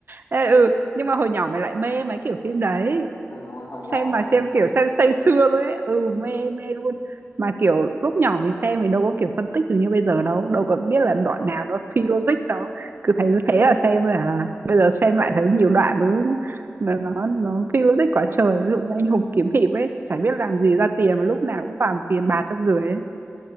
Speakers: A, on the right; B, on the left.
A: Ê, ừ nhưng mà hồi nhỏ mày lại mê mấy kiểu phim đấy
B: ừ đúng rồi hồi
A: xem
B: nhỏ
A: mà
B: mê
A: xem kiểu xem say sưa luôn ấy ừ mê mê
B: Ừ,
A: luôn mà kiểu lúc nhỏ mình xem mình đâu có kiểu phân tích được như bây giờ đâu đâu có biết là đoạn nào nó phi logic đâu cứ thấy thế là xem rồi à bây giờ xem lại thấy nhiều đoạn nó nó nó, nó phi logic quá trời ví dụ như anh hùng kiếm hiệp ấy chả biết làm gì ra tiền mà lúc nào cũng toàn tiền bạc trong người ấy